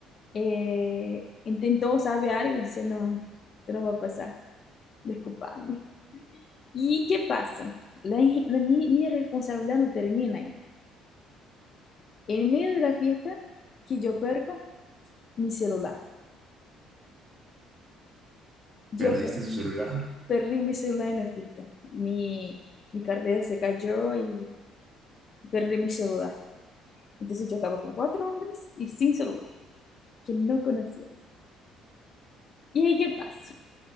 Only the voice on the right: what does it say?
Perdiste
su celular.